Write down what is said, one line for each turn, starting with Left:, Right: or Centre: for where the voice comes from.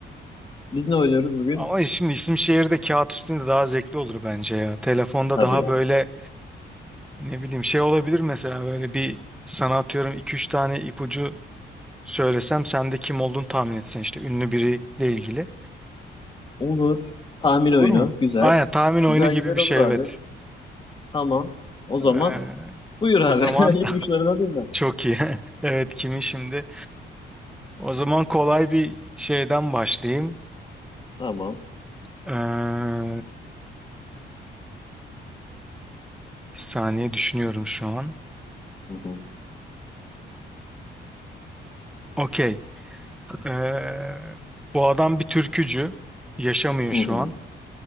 Left: Biz ne oynuyoruz bugün?
Centre: Ama şimdi isim şehir de kağıt üstünde daha zevkli olur bence ya. Telefonda
Left: Tabii
Centre: daha
Left: ya.
Centre: böyle Ne bileyim şey olabilir mesela böyle bir sana atıyorum 2-3 tane ipucu söylesem sen de kim olduğunu tahmin etsen işte ünlü biriyle ilgili.
Left: Olur. Tahmin
Centre: Olur
Left: oyunu.
Centre: mu?
Left: Güzel.
Centre: Aynen tahmin oyunu
Left: Güzel
Centre: gibi
Left: güzel
Centre: bir
Left: olur
Centre: şey
Left: abi.
Centre: evet.
Left: Tamam. O
Centre: Ee,
Left: zaman buyur abi.
Centre: o zaman
Left: <laughs>
Centre: <laughs>
Left: İpuçlarını alayım ben.
Centre: çok iyi. <laughs> Evet kimi şimdi? O zaman kolay bir şeyden başlayayım.
Left: Tamam.
Centre: Ee, bir saniye düşünüyorum şu an.
Left: Hı hı.
Centre: Okey. Ee, bu adam bir türkücü. Yaşamıyor
Left: Hı
Centre: şu
Left: hı.
Centre: an.